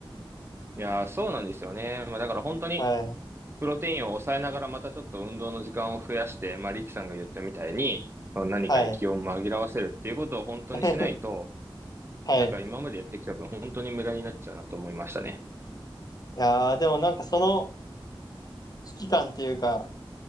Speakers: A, on the right; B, on the left.
A: いやー、そうなんですよね。まあだから本当に、
B: はい。
A: プロテインを抑えながらまたちょっと運動の時間を増やして、まあリキさんが言ったみたいに、何かで気を紛らわせるっていうことを本当にしないと、
B: はい。<laughs> はい。
A: なんか今までやってきた分本当に無駄になっちゃうなと思いましたね。
B: いやー、でもなんかその、危機感っていうか、